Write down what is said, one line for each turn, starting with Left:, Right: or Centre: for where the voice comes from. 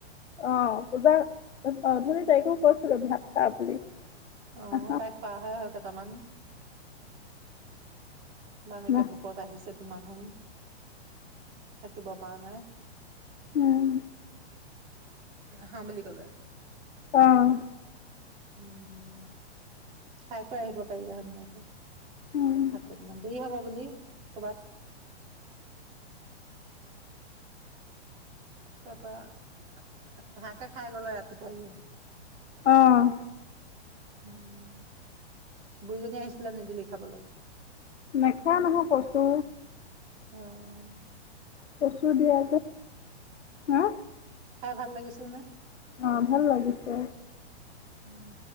Left: অহ ', পূজা অহ ', ধুনী তাইকেও কৈছিলো ভাত খা বুলি।
Right: অহ
Left: নাখাওঁ
Right: ', তাই খোৱা হয়- হয় ক তাৰমান ইমান এেকে
Left: নাখ
Right: ভোকত আহিছে। মানুহ থাকিব পৰা নাই।
Left: উম',
Right: হা মিলি গলে।
Left: অহ ',
Right: উম' খাই কৈ আহিব পাৰিলে ধুনীয়াকে।
Left: উম
Right: আতিটো মন্দিৰ হব। বুলি। কবাত। তাৰপা শাকে খাই গলে ৰাতিপুৱা ই
Left: অহ ',
Right: উম ', বুইজনী আহিছিলা নিদিলিখাবলৈ?
Left: নেখায় নহয় কৈছো।
Right: অহ ',
Left: কচু দিয়া যে হা।
Right: খাই ভাল লাগিছিল নে?
Left: অহ ', ভাল লাগিছে।
Right: উম